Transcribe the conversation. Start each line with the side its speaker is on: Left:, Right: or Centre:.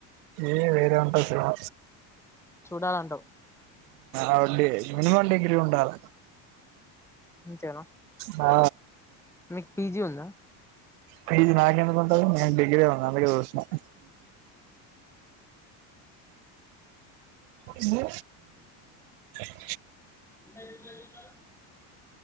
Right: ఏ వేరే ఉంటది సినిమా
Centre: చూడాలంటావు
Right: ఆవడి మినిమం డిగ్రీ ఉండాల
Centre: ఇంతేనా
Right: ఆ
Centre: మీకు పీజీ ఉందా
Right: పీజీ నాకెందుకు ఉంటది నేను డిగ్రీ వాడిని అందుకె చూస్తున్న <unintelligible> ఏంది <unintelligible>
Centre: <unintelligible>